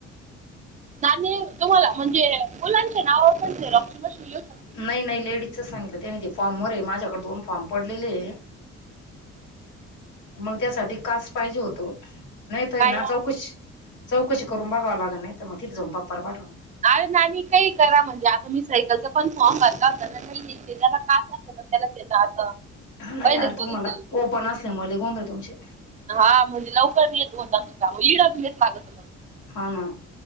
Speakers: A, on the right; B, on the left.
A: नाणी तुम्हाला म्हणजे मुलांच्या नावावर पण ते <unintelligible> येऊ शक
B: नाही नाही लेडीजचा सांगितलं त्यानी ते फॉर्मवर आहे माझ्याकडे दोन फॉर्म पडलेले.
A: <inaudible>
B: मग त्यासाठी कास्ट पाहिजे होतो नाही तर आहे
A: काय
B: ना चौकशी चौकशी करून बघावं लागल नाही तर मग तिथं जाऊन पप्पाला पाठवून.
A: अरे नाणी काही करा म्हणजे आता मी सायकलचा पण फॉर्म भरला होता ना काहीये त्याज्याला कास्ट असलं तर त्यालाच येत आता.
B: हा नाही
A: पहिलेच
B: यार
A: बघितलं.
B: तुम्हाला ओपन असल्यामुळे लय गोंधळं तुमचे.
A: हा म्हणजे लवकर येत होता <unintelligible> इड येत लागत. मग
B: हा ना.